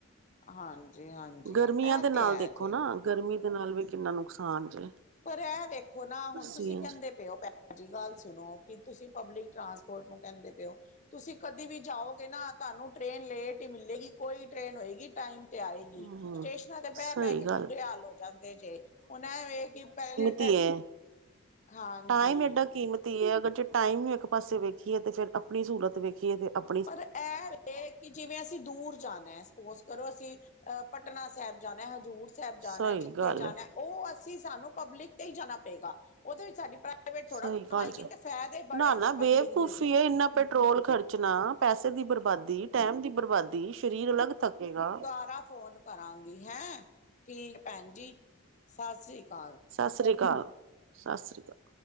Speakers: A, on the left; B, on the right.
A: ਹਾਂਜੀ ਹਾਂਜੀ।
B: ਗਰਮੀਆਂ
A: ਇਹ
B: ਦੇ ਨਾਲ
A: ਤੇ ਹੈ
B: ਦੇਖੋ
A: ਜੇ।
B: ਨਾ ਗਰਮੀ ਦੇ ਨਾਲ ਵੀ ਕਿੰਨਾ ਨੁਕਸਾਨ ਜੇ।
A: ਪਰ ਇਹ ਵੇਖੋ ਨਾ ਹੁਣ
B: ਸੀ
A: ਤੁਸੀਂ
B: ਐਨ
A: ਕਹਿੰਦੇ
B: ਜੀ
A: ਪਾਓ ਪੈ ਭੈਣ ਜੀ ਗੱਲ ਸੁਣੋ, ਕੀ ਤੁਸੀਂ ਪਬਲਿਕ ਟਰਾਂਸਪੋਰਟ ਨੂੰ ਕਹਿੰਦੇ ਪਏ ਹੋ? ਤੁਸੀਂ ਕਦੇ ਵੀ ਜਾਓਗੇ ਨਾ ਤੁਹਾਨੂੰ ਟ੍ਰੇਨ ਲੇਟ ਹੀ ਮਿਲੇਗੀ ਕੋਈ ਟ੍ਰੇਨ ਹੋਏਗੀ ਟਾਈਮ ਤੇ ਆਏਗੀ
B: ਹੂੰ,
A: ਸਟੇਸ਼ਨਾਂ ਤੇ ਬਹਿ-ਬਹਿ
B: ਸਹੀ
A: ਕੇ ਬੁੁਰੇ
B: ਗੱਲ
A: ਹਾਲ ਹੋ ਜਾਂਦੇ ਜੇ। ਹੁਣ ਐ ਇਹ ਕਿ ਪਹਿਲੇ ਟੈ
B: ਤੀਐ
A: ਹਾਂਜੀ।
B: ਟਾਈਮ ਐਡਾ ਕੀਮਤੀ ਤੀ ਏ ਅਗਰ ਜੇ ਟਾਈਮ ਨੂੰ ਇੱਕ ਪਾਸੇ ਵੇਖੀਏ ਤੇ ਫੇਰ ਆਪਣੀ ਸਹੂਲਤ ਵੇਖੀਏ ਤੇ ਆਪ
A: ਪਰ ਐ ਵੇ ਕਿ ਜਿਵੇਂ ਅਸੀਂ ਦੂਰ ਜਾਣਾ ਹੈ ਸਪੋਜ ਕਰੋ ਅਸੀਂ ਅਹ ਪਟਨਾ ਸਾਹਿਬ ਜਾਣਾ ਹਜ਼ੂਰ ਸਾਹਿਬ ਜਾਣਾ
B: ਸਹੀ
A: ਜਿੱਥੇ
B: ਗੱਲ
A: ਜਾਣਾ।
B: ਹੈ
A: ਉਹ ਅਸੀਂ ਸਾਨੂੰ ਪਬਲਿਕ ਤੇ ਹੀ ਜਾਣਾ ਪਏਗਾ ਉਹਦੇ ਵਿੱਚ ਸਾਡੀ ਭਾਵੇਂ ਥੋੜ੍ਹਾ
B: ਸਹੀ
A: ਕਮਾਏਗੀ
B: ਗੱਲ ਚ
A: ਤੇ ਫਾਇਦੇ ਬੜੇ
B: ਨਾ ਨਾ
A: ਜੇ ਪਬਲਿਕ
B: ਬੇਵਕੂਫੀ
A: ਦੇਗੀ।
B: ਹੈ ਇੰਨਾ ਪੈਟਰੋਲ ਖਰਚਣਾ, ਪੈਸੇ ਦੀ ਬਰਬਾਦੀ, ਟਾਈਮ ਦੀ ਬਰਬਾਦੀ, ਸਰੀਰ ਅਲੱਗ ਥੱਕੇਗਾ।
A: ਸਾਰਾ ਫੋਨ ਕਰਾਂਗੀ ਹੈ। ਠੀਕ ਭੈਣ ਜੀ। ਸ਼ਸੀ ਕਾਲ।
B: ਸ਼ਸ਼ਰੀ ਕਾਲ। ਸ਼ਸਰੀ ਕਾਲ।